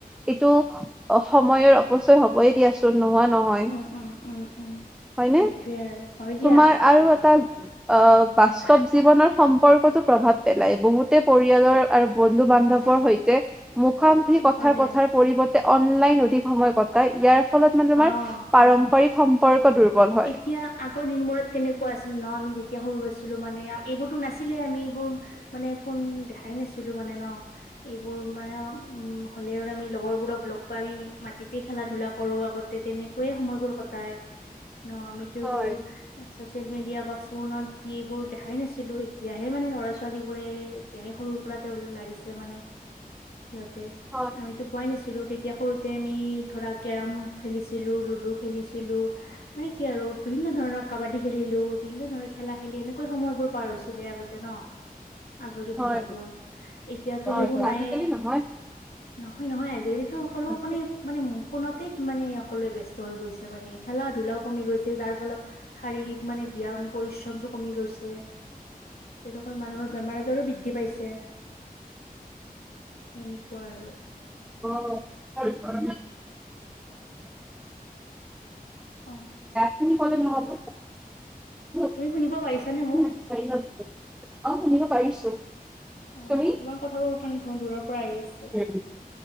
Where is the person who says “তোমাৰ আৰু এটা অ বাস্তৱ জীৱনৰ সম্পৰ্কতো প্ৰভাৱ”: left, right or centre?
Centre